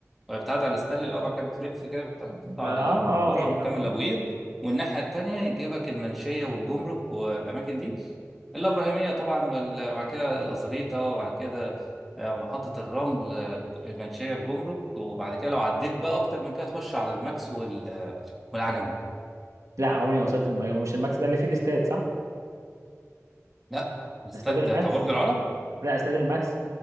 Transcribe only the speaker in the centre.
بتعدي على ستانلي الأول بعد كده بتلف كده بتقطع
على
المعمورة
وبتكمل
أبو قير والناحية التانية يجيبك المنشية والجمرك والأماكن دي الإبراهيمية طبعا وال- وبعد كده الأزريطة وبعد كده آه، محطة الرمل آه، المنشية الجمرك وبعد كده لو عديت بقى أكتر من كده تخش على الماكس وال- آه، والعجمي
لا الاستاد
بتاع برج العرب